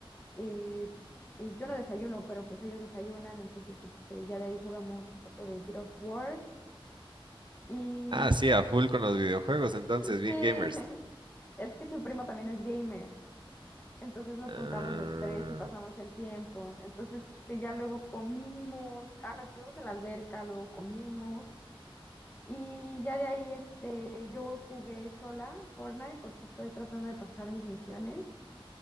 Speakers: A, on the left (about 20°); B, on the right (about 55°).
A: eh, eh, yo no desayuno, pero pues ellos desayunan, entonces este, ya de ahí jugamos un poco de Gears of War. Y
B: Ah, sí, a full con los videojuegos, entonces,
A: eh,
B: bien
A: sí,
B: gamers.
A: <laughs> es que tu primo también es gamer. Entonces nos
B: Ah.
A: juntamos los tres y pasamos el tiempo. Entonces, este, ya luego comimos, ah, no, estuvimos en la alberca, luego comimos y ya de ahí, este, yo jugué sola Fortnite porque estoy tratando de pasar mis misiones